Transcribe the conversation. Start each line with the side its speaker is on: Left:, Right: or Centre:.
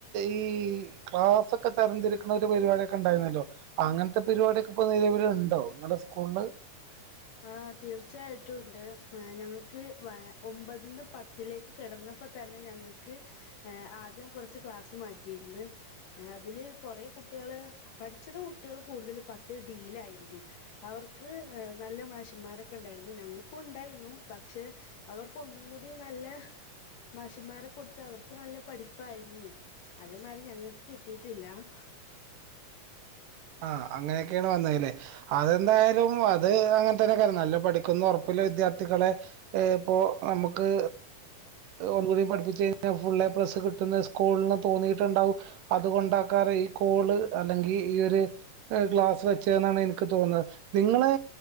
Right: ഈ ക്ലാസ്സൊക്കെ തരംതിരിക് ന്ന ഒരു പരിപാടിയൊക്കെ ഉണ്ടായിരുന്നല്ലോ അങ്ങനത്തെ പരിപാടിയൊക്കെ ഇപ്പൊ നിലവിലുണ്ടോ നിങ്ങളുടെ സ്കൂളില്
Left: ആ തീർച്ചയായിട്ടുമുണ്ട് ഞങ്ങൾക്ക് ഒമ്പതീന്ന് പത്തിലേക്ക് കടന്ന പ്പതന്നെ ഞങ്ങക്ക് ആദ്യം കുറച്ച് ക്ലാസ്സ് മാറ്റിയിരുന്നു അതില് കുറേ കുട്ട്യള് പഠിച്ചുന്ന കുട്ട്യള് കൂടുതൽ പത്ത് ഡിയിലായിരുന്നു അവർക്ക് നല്ല മാഷിന്മാരൊക്കെണ്ടായിരുന്നു ഞങ്ങൾക്കു ഉണ്ടായിരുന്നു പക്ഷെ അവർക്ക് ഒന്നും കൂടി നല്ല മാഷ്മാരെ കൊടുത്ത അവർക്ക് നല്ല പഠിപ്പായിരുന്നു അതേമാരി ഞങ്ങക്ക് കിട്ടിട്ടില്ല <inaudible>
Right: ഹ അങ്ങനെക്കെയാണ് വന്നതല്ലേ അതെന്തായാലും അത് അങ്ങനെത്തന്നെക്കാരം നല്ല പഠിക്കുന്നൊറപ്പുള്ള വിദ്യാർത്ഥികളെ ഇപ്പോ നമുക്ക് ഒന്നൂടിം പഠപ്പിച്ച് കയിഞ്ഞാ ഫുള്ളേ പ്ലസ്സ് കിട്ടുന്ന് സ്കൂള്ന് തോന്നിട്ടുണ്ടാവും അത് കൊണ്ടാക്കാരം കോള് അല്ലെങ്കിൽ ഈ ഒരു ക്ലാസ് വെച്ചേന്നാണ് എനിക്ക് തോന്നത് നിങ്ങളെ